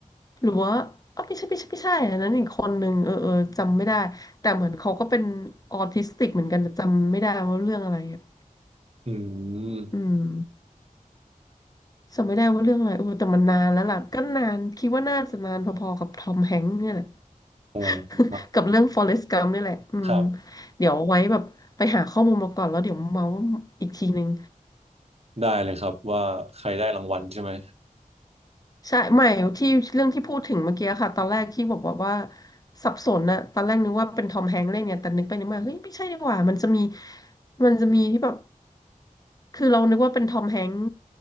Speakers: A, on the left (about 25°); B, on the right (about 45°).
A: หรือว่าอ๋อไม่ใช่ไม่ใช่ไม่ใช่อันนั้นอีกคนหนึ่งเออเออจำไม่ได้แต่เหมือนเขาก็เป็นออทิสติกเหมือนกันแต่จำไม่ได้ว่าเรื่องอะไรอ่ะ
B: อืม
A: อืมจำไม่ได้ว่าเรื่องอะไรโอ้แต่มันนานแล้วล่ะก็นานคิดว่าน่าจะนานพอๆกับทอมแฮงค์เนี่ยแหละ
B: โอ้ครับ
A: <laughs> กับเรื่องฟอเรสต์กัมป์นี่แหละอืม
B: ครับ
A: เดี๋ยวเอาไว้แบบไปหาข้อมูลมาก่อนแล้วเดี๋ยวมาเมาอีกทีนึง
B: ได้เลยครับว่าใครได้รางวัลใช่ไหม
A: ใช่ไม่ที่เรื่องที่พูดถึงเมื่อกี้ค่ะตอนแรกที่บอกว่าว่าสับสนนะตอนแรกนึกว่าเป็นทอมแฮงค์เล่นเนี่ยแต่นึกไปนึกมาเฮ้ยไม่ใช่ดีกว่ามันจะมีมันจะมีที่แบบคือเรานึกว่าเป็นทอมแฮงค์